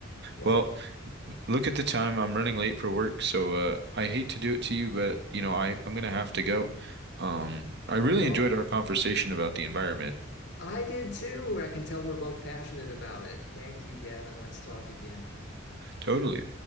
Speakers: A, on the left; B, on the right.
A: well
B: well look at the time I'm running late for work so uh I hate to do it to you but you know I I'm gonna have to go um I really
A: No,
B: enjoyed our conversation about the environment
A: I did too. I can tell we're both passionate about it. Thank you, Gavin. Let's talk again.
B: totally